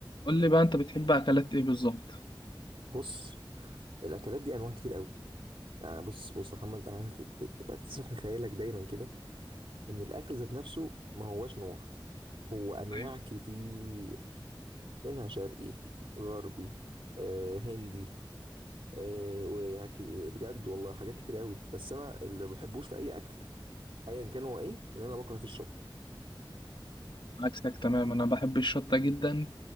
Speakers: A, on the left; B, on the right.
A: قول لي بقى انت بتحب اكلات ايه بالظبط
B: بص الاكلات دي انواع كتير قوي يعني بص بص يا محمد انا عايزك ت- ت- تبقى تسرح بخيالك دايما كده ان الاكل ذات نفسه ما هواش نوع هو انواع
A: أيوة.
B: كتير منها شرقي غربي آه هندي آه ويعني ك- بجد والله حاجات كتير قوي بس انا اللي ما بحبوش في اي اكل ايا كان هو ايه ان انا بكره فيه الشطه
A: عكسك تمام انا بحب الشطه جدا